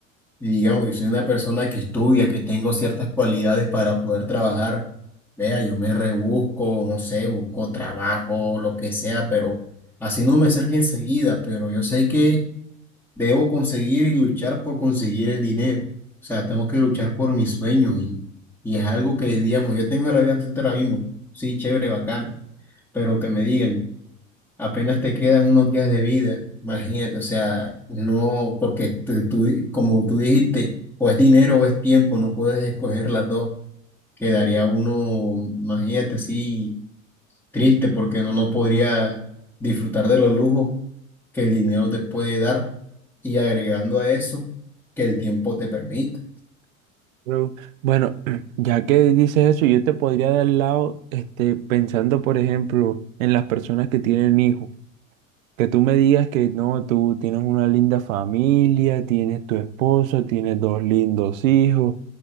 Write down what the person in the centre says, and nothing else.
y digamos, yo soy una persona que estudia, que tengo ciertas cualidades para poder trabajar, vea, yo me rebusco, no sé, busco trabajo, lo que sea, pero así no me salga enseguida, pero yo sé que debo conseguir y luchar por conseguir el dinero. O sea, tengo que luchar por mis sueños y, y es algo que, digamos, yo tengo la vida ahora mismo, sí, chévere, bacano, pero que me digan apenas te quedan unos días de vida, imagínate, o sea, no, porque te- tú di- como tú dijiste, o es dinero o es tiempo, no puedes escoger las dos, quedaría uno, imagínate, sí, triste porque no, no podría disfrutar de los lujos que el dinero te puede dar y agregando a eso que el tiempo te permite.